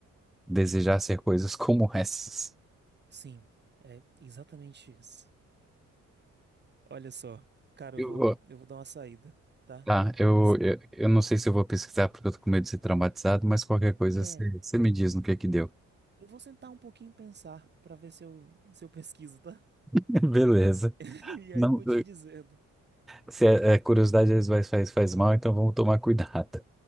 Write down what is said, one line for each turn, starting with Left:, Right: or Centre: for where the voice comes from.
Centre: desejar ser coisas <laughs> como essas.
Right: Sim, é exatamente isso. Olha só, cara,
Centre: Eu
Right: eu vou,
Centre: vou.
Right: eu vou dar uma saída, tá?
Centre: Tá, eu,
Right: Isso-
Centre: eu, eu não sei se eu vou pesquisar porque eu tô com medo de ser traumatizado, mas qualquer coisa
Right: é,
Centre: você você me diz no que que deu.
Right: eu vou sentar um pouquinho e pensar pra ver se eu, se eu pesquiso, tá?
Centre: <laughs> Beleza.
Right: <laughs> E
Centre: Não,
Right: aí eu vou te dizendo.
Centre: se a, a curiosidade às vezes faz, faz mal, então vamos tomar cuidado.